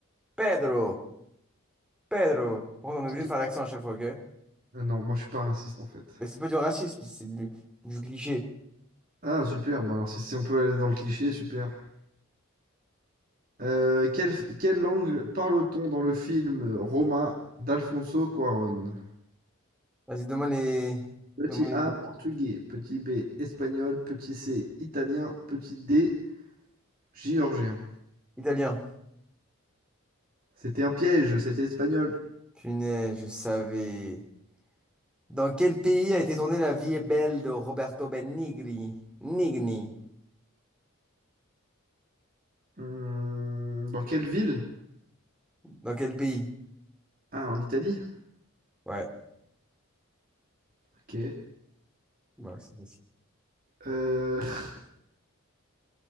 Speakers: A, in the centre; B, on the right.
A: Pedro, Pedro. Par contre, on est
B: C'est
A: obligé
B: qui
A: de faire l'accent à chaque fois, ok?
B: Ah non, moi je suis pas raciste en fait.
A: Mais c'est pas du racisme, c'est du, du cliché.
B: Ah, super, bon alors si, si on peut aller dans le cliché, super. Euh, quelle, quelle langue parle-t-on dans le film Roma d'Alfonso Cuarón?
A: Vas-y, donne-moi les...
B: Petit
A: donne-moi les
B: A, portugais. Petit B, espagnol. Petit C, italien. Petit D, géorgien.
A: Italiens.
B: C'était un piège, c'était espagnol.
A: Punaise, je savais. Dans quel pays a été tournée La vie est belle de Roberto Benigni? Nigni.
B: Hmm, dans quelle ville?
A: Dans quel pays?
B: Ah, en Italie?
A: Ouais.
B: Ok.
A: Ouais, c'est facile.
B: Euh, <laughs>